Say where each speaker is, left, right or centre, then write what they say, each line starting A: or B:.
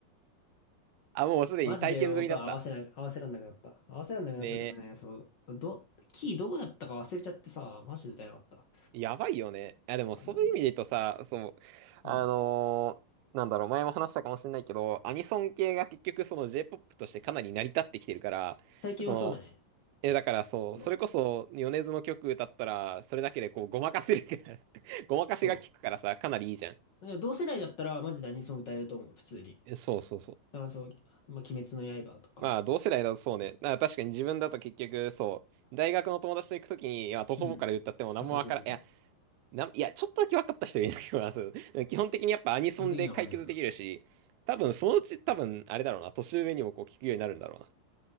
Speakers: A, on the right; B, on the left.
A: あ、もうすでに体験済みだった。
B: マジで音合わせな、合わせらんなくなった。合わせらんなくなったとかね、
A: ね
B: そう、ど、キーどこだったか忘れちゃってさ、マジで歌えなかった。
A: やばいよね。いや、でも、
B: あれはね。
A: そういう意味で言うとさ、そう、
B: うん。
A: あのーなんだろう、前も話したかもしれないけど、アニソン系が結局、その J-POP としてかなり成り立ってきてるから、
B: 最近はそうだね。
A: その、え、だからそう、
B: もう、
A: それこそ、米津の曲歌ったら、それだけでこう、ごまかせるから <laughs> ごまかしが効くからさ、
B: そ
A: かなりいいじゃん。
B: う。だから同世代だったら、マジ何その歌えると思う、普通に。
A: えそうそうそう。
B: だからそう、まあ、鬼滅の刃とか。
A: まあ、同世代だとそうね。だから確かに自分だと結局、そう、大学の友達と行くときに、いや、徒歩から歌っても何もわからん。
B: うん。あ、そうそうそうそう。
A: な、いや、ちょっとだけ分かった人いるけど、<laughs> そう基本的にやっぱアニソンで解決できるし、
B: 基本的にはわかんないからな。
A: 多分そのうち多分、あれだろうな、年上にもこう聞くようになるんだろうな。